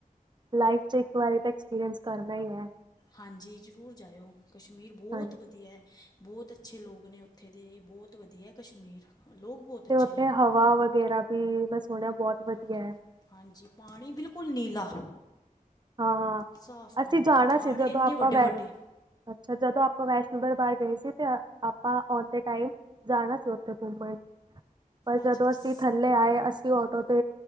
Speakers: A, on the right (about 30°); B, on the left (about 25°).
A: ਲਾਈਫ ਚ ਇੱਕ ਵਾਰੀ ਤਾਂ ਐਕਸਪੀਰੀਅੰਸ ਕਰਨਾ ਹੀ ਹੈ
B: ਹਾਂਜੀ, ਜ਼ਰੂਰ ਜਾਇਓ, ਕਸ਼ਮੀਰ ਬਹੁਤ
A: ਹਾਂਜੀ
B: ਵਧੀਆ ਹੈ ਬਹੁਤ ਅੱਛੇ ਲੋਕ ਨੇ, ਉੱਥੇ ਦੇ,, ਬਹੁਤ ਵਧੀਆ ਐ ਕਸ਼ਮੀਰ, ਲੋਕ ਬਹੁਤ
A: ਤੇ
B: ਅੱਛੇ
A: ਉੱਥੇ
B: ਨੇ
A: ਹਵਾ, ਵਗੈਰਾ ਵੀ, ਮੈਂ ਸੁਣਿਆ ਬਹੁਤ ਵਧੀਆ
B: ਹਾਂਜੀ-
A: ਹੈ
B: ਹਾਂਜੀ, ਪਾਣੀ ਬਿਲਕੁਲ ਨੀਲਾ।
A: ਹਾਂ
B: ਸਾਫ
A: ਅਸੀਂ
B: ਪਾਣੀ,
A: ਜਾਣਾ
B: ਪਹਾੜ
A: ਸੀ ਜਦੋਂ
B: ਇੰਨੇ,
A: ਆਪਾਂ
B: ਵੱਡੇ--ਵੱਡੇ।
A: ਵੈ ਅੱਛਾ, ਜਦੋਂ ਆਪਾਂ ਵੈਸ਼ਨੋ ਦਰਬਾਰ ਗਏ ਸੀ, ਤੇ, ਆਪਾਂ ਆਉਂਦੇ ਟਾਈਮ ਜਾਣਾ ਸੀ ਉ ਪਰ ਘੁਮੰਣ, ਪਰ
B: ਅੱਛਾ
A: ਜਦੋਂ,,
B: ਅੱਛਾ
A: ਅਸੀ ਥੱਲੇ ਆਏ ਅਸੀ ਤੇ ਔਟੋ ਤੇ,